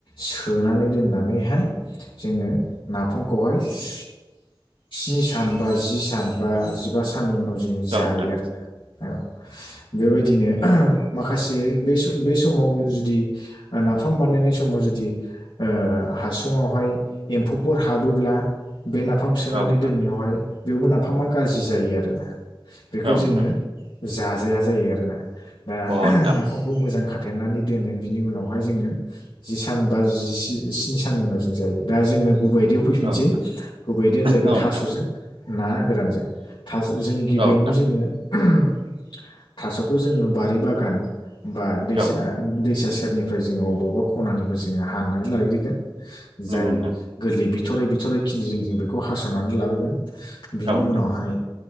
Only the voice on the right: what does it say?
औ नोंथां
औ नोंथां
औ नोंथां अ
नोंथां
औ नोंथां
औ
नोंथां
औ नोंथां
औ
नंगौ नोंथां
औ नोंथां